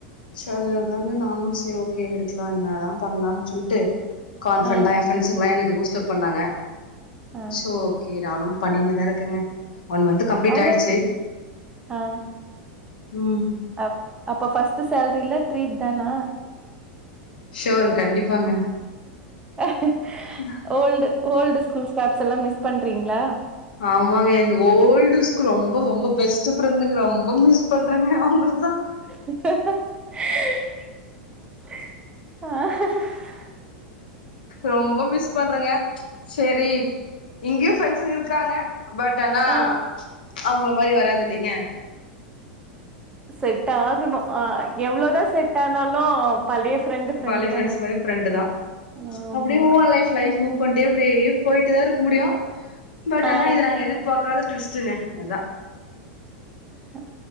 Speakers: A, on the left; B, on the right.
A: சொன்னதுலேந்து நானு செரி ஓகே எடுக்கலா என்னதா பண்ணலான் சொல்ட்டு கான்ஃபிடன்டா
B: ஆ
A: எ ஃப்ரெண்ட்சுங்களா எனக்கு பூஸ்ட்டப் பண்ணாங்க
B: ஆ
A: சோ ஓகே நானு பண்ணினு தா இருக்கங்க ஒன் மந்த்து கம்ப்ளீட்
B: அவ்ளோ
A: ஆயிடுச்சு
B: ஆ
A: ம்
B: அப் அப்ப ஃபர்ஸ்ட்டு சேல்ரில ட்ரீட் தானா
A: ஷூவர்ங்க கண்டிப்பாங்க
B: ஆஹ
A: ச
B: ஓல்டு ஓல்டு ஸ்கூல் ஸ்டாஃப்ஸ் எல்லா மிஸ் பண்றீங்ளா
A: ஆமாங்க எ ஓல்டு ஸ்கூல் ரொம்ப ரொம்ப பெஸ்ட் ஃப்ரெண்டுங்க ரொம்ப மிஸ் பண்றாங்க அவங்களதா
B: ஆஹ்
A: ரொம்ப மிஸ் பண்றங்க செரி இங்கியு ஃப்ரெண்ட்ஸுங்க இருக்காங்க பட் ஆனா
B: ஆ
A: அவங்கள மாரி வராது இல்லைங்க
B: செட் ஆகணு ஆ எவ்ளோதா செட் ஆனாலு பழைய ஃப்ரெண்டு ஃப்ரெண்டு
A: பழைய ஃப்ரண்ட்ஸ்
B: தான
A: மாரி ஃப்ரண்டுதா
B: ஆமா
A: அப்டியே மூ ஆன் லைஃப் லைஃப் மூவ் <unintelligible> இப்டி போயிட்டுதா இருக்க முடியு பட்
B: ஆ
A: ஆனா இது நாங்க எதிர்பாக்காத டுவிஸ்ட்டுங்க அதா
B: ஹ